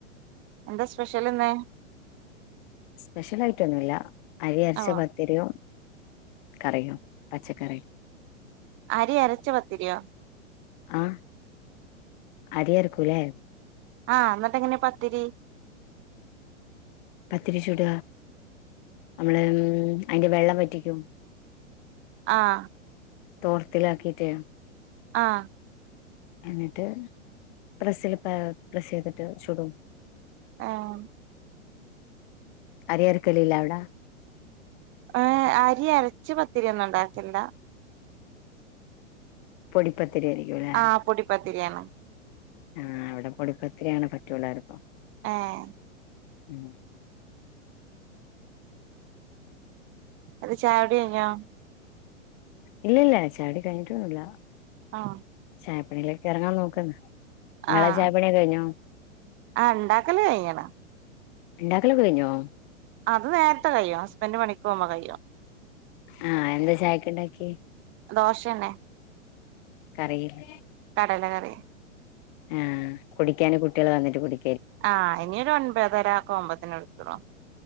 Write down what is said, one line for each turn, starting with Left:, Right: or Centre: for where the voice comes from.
Right: എന്താ സ്പെഷ്യല്ന്ന്
Left: സ്പെഷ്യലായിട്ടൊന്നുല്ല അരി അരച്ച
Right: ഓ
Left: പത്തിരിയും കറിയും പച്ചക്കറി
Right: അരി അരച്ച പത്തിരിയോ
Left: ആഹ് അരി അരക്കൂലേ
Right: ആഹ് ന്നട്ട് എങ്ങനെ പത്തിരി
Left: പത്തിരി ചുട നമ്മള് ഉം അയിന്റെ വെള്ളം വറ്റിക്കും
Right: ആഹ്
Left: തോർത്തിലാക്കിട്ട്
Right: ആഹ്
Left: എന്നിട്ട് പ്രസ്സില് പ പ്രസ്സെയ്തിട്ട് ചുടും
Right: ആഹ്
Left: അരി അരക്കലില്ലാവടെ
Right: ഏഹ് അരി അരച്ച് പത്തിരി ഒന്നും ണ്ടാക്കില്ല
Left: പൊടിപ്പത്തിരി ആയിരിക്കും ലെ
Right: ആഹ് പൊടിപ്പത്തിരിയാണ്
Left: ആഹ് അവിടെ പൊടിപ്പത്തിരിയാണ് പറ്റുവെല്ലാർക്കും
Right: ആഹ്
Left: ഉം
Right: അത് ചായൊടി ഞ്ഞോ
Left: ഇല്ലല്ല ചായടി കഴിഞ്ഞിട്ടൊന്നുല്ല
Right: ആഹ്
Left: ചായപ്പണിയിലേക്ക് ഇറങ്ങാൻ നോക്കന്ന് ങ്ങളെ
Right: ആഹ്
Left: ചായപ്പണിയക്കെ കഴിഞ്ഞോ
Right: ആഹ് ണ്ടാക്കല് കഴ്ഞ്ഞ്ണ്
Left: ണ്ടാക്കലൊക്കെ കഴിഞ്ഞോ
Right: അത് നേരത്തെ കഴിയും ഹസ്ബന്റ് പണിക്കോവുമ്പൊ കയ്യും
Left: ആഹ് എന്ത ചായക്ക് ണ്ടാക്കിയേ
Right: ദോശന്നെ
Left: കറിയില്ല
Right: കടല കറി
Left: ആഹ് കുടിക്കാന് കുട്ടിആള് വന്നിട്ട് കുടി
Right: ആഹ് ഇങ്ങനൊരു ഒൻപത്തരംക്കെ ഒ്പത്തിന എടുതുളു